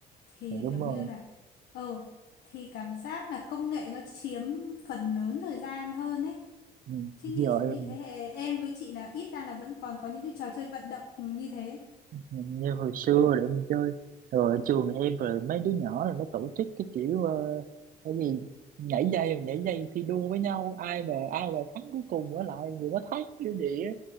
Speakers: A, on the left; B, on the right.
A: thì
B: Dạ đúng
A: kiểu
B: rồi
A: như là ờ thì cảm giác là công nghệ nó chiếm phần lớn thời gian hơn ấy
B: Ừ,
A: chứ
B: giờ
A: như chẳng như
B: em
A: thế hệ em với chị là ít ra là vẫn còn có những cái trò chơi vận động như thế
B: như hồi xưa là em chơi rồi ở trường em rồi mấy đứa nhỏ là nó tổ chức cái kiểu ờ, cái gì nhảy dây nhảy dây thi đua với nhau ai mà ai mà thắng cuối cùng ở lại người đó thắng kiểu gì á